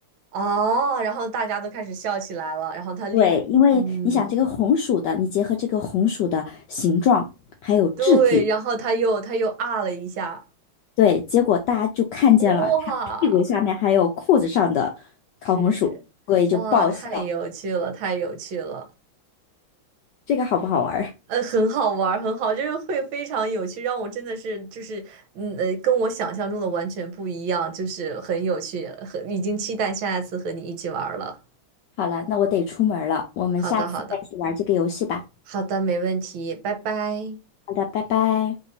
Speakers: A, on the right; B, on the left.
A: 哦，然后大家都开始笑起来了，然后他立，
B: 对，因为你想这个红薯的，
A: 嗯，
B: 你结合这个红薯的形状还有质地，
A: 对，然后他又他又啊了一下，
B: 对，结果大家就看见了他屁股下面还有裤子上的烤红薯，
A: 哇。是是，
B: 所以就爆笑。
A: 哇，太有趣了，太有趣了，
B: 这个好不好玩儿
A: 呃，很好玩儿，很好，就是会非常有趣，让我真的是就是，嗯呃，跟我想象中的完全不一样，就是很有趣，很已经期待下一次和你一起玩儿了。
B: 好了，那我得出门了，我们下次再一起玩这个游戏吧。
A: 好的，好的，好的，没问题，拜拜。
B: 好的，拜拜。